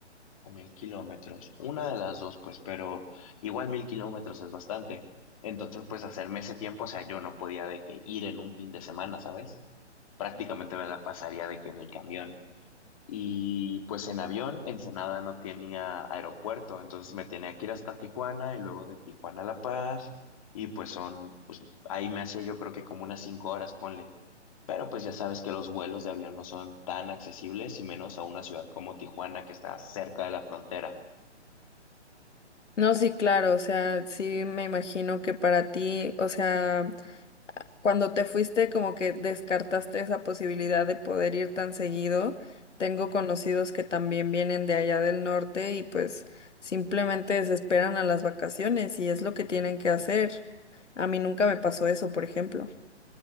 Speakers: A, on the left; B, on the left.
A: O mil kilómetros. Una de las dos, pues, pero igual mil kilómetros es bastante. Entonces, pues, hacerme ese tiempo, o sea, yo no podía de que ir en un fin de semana, ¿sabes? Prácticamente me la pasaría de que en el camión. Y pues en avión, Ensenada no tenía aeropuerto, entonces me tenía que ir hasta Tijuana y luego de Tijuana a La Paz. Y pues son, pues ahí me hacía yo creo que como unas cinco horas, ponle. Pero pues ya sabes que los vuelos de avión no son tan accesibles y menos a una ciudad como Tijuana que está cerca de la frontera.
B: No, sí, claro, o sea, sí me imagino que para ti, o sea, cuando te fuiste como que descartaste esa posibilidad de poder ir tan seguido. Tengo conocidos que también vienen de allá del norte y pues simplemente desesperan a las vacaciones y es lo que tienen que hacer. A mí nunca me pasó eso, por ejemplo.